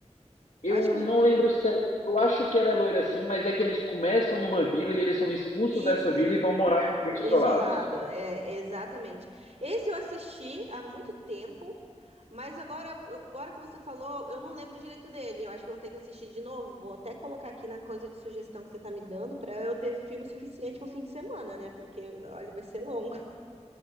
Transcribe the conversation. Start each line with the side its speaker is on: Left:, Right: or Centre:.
Left: Eu
Right: Eu acho que.
Left: não lembro se ela, eu acho que ela é loira assim, mas é que eles começam numa vila e eles são expulsos
Right: Isso,
Left: dessa vila e vão morar em ambientes
Right: isolado,
Left: isolados.
Right: é, exatamente. Esse eu assisti há muito tempo, mas agora, agora que você falou, eu não lembro direito dele. Eu acho que eu vou ter que assistir de novo. Vou até colocar aqui na coisa de sugestão que você tá me dando pra eu ter filme suficiente pro fim de semana, né? Porque, olha, vai ser longo.